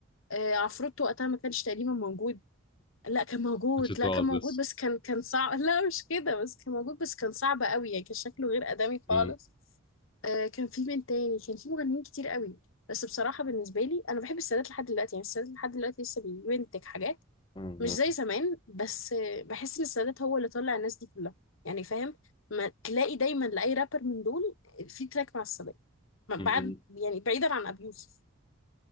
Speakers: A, on the left (about 70°); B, on the left (about 20°).
A: آه، عفروتو وقتها ما كانش تقريبا موجود لا كان موجود
B: كنتش اتولد
A: لا كان موجود
B: لسه
A: بس كان كان صعب <laughs> لا مش كده بس كان موجود بس كان صعب قوي يعني كان شكله غير آدمي خالص
B: امم
A: آه كان في من تاني كان في مغنيين كتير قوي بس بصراحة بالنسبة لي أنا بحب السادات لحد دلوقتي يعني السادات لحد دلوقتي لسه بينتج حاجات
B: امم
A: مش زي زمان بس آه، بحس إن السادات هو اللي طلع الناس دي كلها يعني فاهم ما تلاقي دايما لأي رابر من دول في تراك مع السادات ما- بعد
B: امم
A: يعني بعيدا عن أبي يوسف